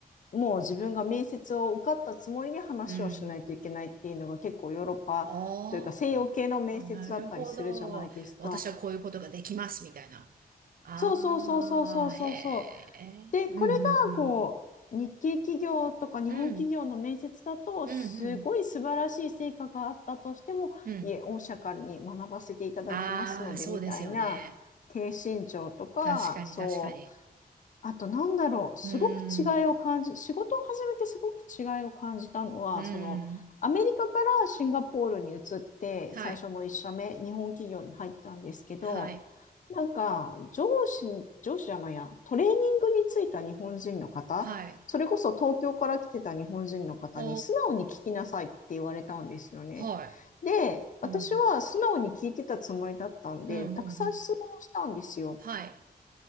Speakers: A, on the left; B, on the right.
A: もう自分が面接を受かったつもりで話をしないといけないっていうのが結構ヨーロッパというか西洋系の面接だったりするじゃないですか。
B: うん。ああ、なるほど。私はこういうことができます、みたいな。ああ、
A: そうそうそうそうそうそうそう。
B: へえ、
A: で、
B: うんうんう
A: これがこう日系企業とか日本企業の面接だとすごい素晴らしい成果があったとしても、
B: ん。うん、うんうん、うん。
A: いえ、御社からに学ばせていただきますのでみたいな低身長とか、
B: ああ、そうですよね。確かに、
A: そう。
B: 確かに。
A: あと、なんだろう、すごく違いを感じ、
B: うん、
A: 仕事を始めてすごく違いを感じたのは、
B: うん。
A: その、アメリカからシンガポールに移って、
B: はい、
A: 最初の1社目、日本企業に入ったんですけど、
B: はい、
A: なんか、上司、上司じゃないや、トレーニングについた日本人の方、
B: はい。
A: それこそ東京から来てた日本人の方に素直に聞きなさいって言われたんですよね。
B: おー。は
A: で、私は素直に聞いてたつもりだったんで、
B: い。うん。うん、うん、
A: たくさん質問をしたんですよ。
B: うん。はい。